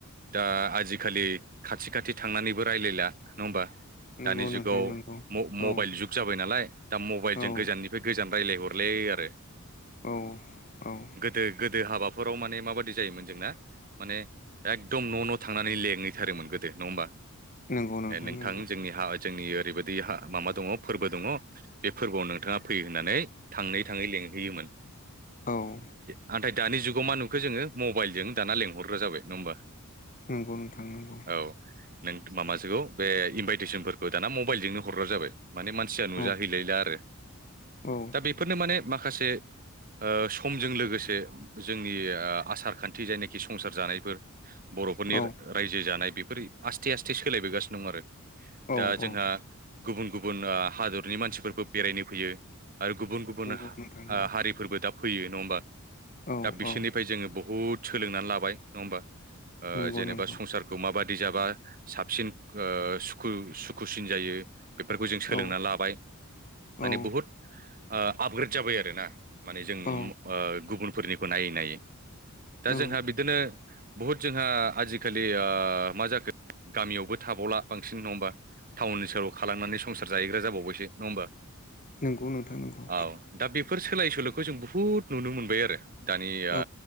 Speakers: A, on the right (about 40°); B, on the left (about 40°).
A: दा आजिखालि खाथि खाथि थांनानैबो रायलायला नङा होमबा
B: नंगौ
A: दानि जुगाव
B: नोंथां नंगौ
A: मबाइल
B: औ
A: जुग जाबाय नालाय दा मबाइलजों
B: औ
A: गोजाननिफ्राय गोजान रायलायहरलाय लायो आरो
B: औ औ
A: गोदो गोदो हाबाफोराव माने माबादि जायोमोन जोंना माने एकदम न' न' थांनानै लेंहैथारोमोन गोदो नङा होमबा
B: नंगौ
A: ए नोंथां
B: नंगौ
A: जोंनि हा जोंनि ओरैबादि माबा दङ फोरबो दङ बे फोरबोआव नोंथाङा फैयो होननानै थाङै थाङै लें लिंहैयोमोन
B: औ
A: नाथाय दानि जुगाव मा नुखो जोङो मबाइल जों दाना लेंहरग्रा जाबाय नङा होमबा
B: नंगौ नोंथां नंगौ
A: औ नों माबासोखौ बे इनभाइटेसनफोरखौ दाना मबाइलजोंनो हरग्रा जाबाय माने मानसिया नुजाहैलायला
B: औ
A: आरो
B: औ
A: दा बेफोरनो माने माखासे ओ समजों लोगोसे जोंनि आसार खान्थि जायनाखि संसार जानायफोर बर'फोरनि
B: औ
A: रायजो जानाय बेफोर आस्थे आस्थे सोलायबोगासिनो दं आरो
B: औ
A: दा जोंहा
B: औ
A: गुबुन गुबुन हादरनि मानसिफोरबो बेरायनो फैयो आरो गुबुन गुबुन
B: नंगौ नोंथां नंगौ
A: हारिफोरबो दा फैयो नङा होमबा दा
B: औ
A: बिसोरनिफ्राय
B: औ
A: जोङो बहुद सोलोंनानै लाबाय नङा होमबा ओ
B: नंगौ
A: जेनेबा
B: नंगौ
A: संसारखौ माबाददि जाबा साबसिन सुुखु सुखुसिन जायो बेफोरखौ जों सोलोंनानै
B: औ
A: लाबाय माने
B: औ
A: बुहुद ओ आपग्रेड जाबाय आरोना माने जों
B: औ
A: ओ गुबुनफोरनिखौ नायै नायै दा
B: औ
A: जोंहा बिदिनो बहुद जोंहा आजिखालि ओ मा जाखो गामियावबो थाबावला बांसिन नङा होमबा टाउन सहराव खारलांनानै संसार जाहैग्रा जाबावबायसो नङा होमबा
B: नंगौ नोंथां नंगौ
A: औ दा बेफोर सो सोलाय सोल'खौ जों बुहुद नुनो मोनबाय आरो दानिया
B: औ